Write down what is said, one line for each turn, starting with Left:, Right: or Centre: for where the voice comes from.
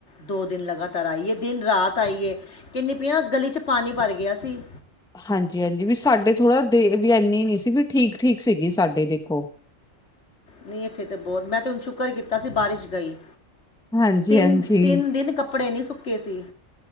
Left: ਦੋ ਦਿਨ ਲਗਾਤਾਰ ਆਈਏ ਦਿਨ ਰਾਤ ਆਈਏ ਕਹਿੰਦੀ ਪਈ ਆਂ ਗਲੀ 'ਚ ਪਾਣੀ ਭਰ ਗਿਆ ਸੀ
Centre: ਹਾਂਜੀ ਹਾਂਜੀ ਵੀ ਸਾਡੇ ਥੋੜ੍ਹਾ ਦੇ ਵੀ ਇਨੀ ਨੀ ਸੀ ਵੀ ਠੀਕ ਠੀਕ ਸੀਗੀ ਸਾਡੇ ਦੇਖੋ
Left: ਨਹੀਂ ਇੱਥੇ ਤਾਂ ਬਹੁਤ ਮੈਂ ਤੇ ਹੁਣ ਸ਼ੁਕਰ ਕੀਤਾ ਸੀ ਬਾਰਿਸ਼ ਗਈ
Centre: ਹਾਂਜੀ
Left: ਤਿੰਨ
Centre: ਹਾਂਜੀ
Left: ਤਿੰਨ ਦਿਨ ਕੱਪੜੇ ਨਹੀਂ ਸੁੱਕੇ ਸੀ